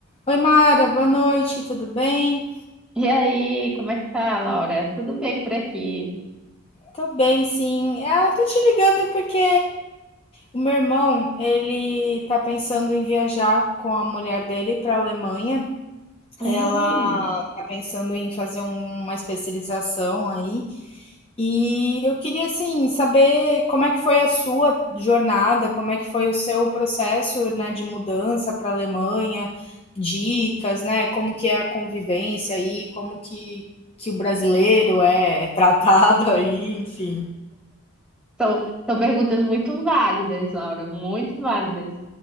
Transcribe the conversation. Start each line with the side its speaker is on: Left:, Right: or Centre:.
Left: Oi, Mara, boa noite, tudo bem?
Centre: E aí, como é que tá, Laura? Tudo bem por aqui?
Left: Tô bem, sim. Ah, tô te ligando porque o meu irmão, ele tá pensando em viajar com a mulher dele para a Alemanha.
Centre: Hum,
Left: Ela tá pensando em fazer um- uma especialização aí E eu queria, assim, saber como é que foi a sua jornada, como é que foi o seu processo, né, de mudança para a Alemanha, dicas, né, como que é a convivência aí, como que, que o brasileiro é é tratado <laughs> aí, enfim.
Centre: são, são perguntas muito válidas, Laura, muito válidas.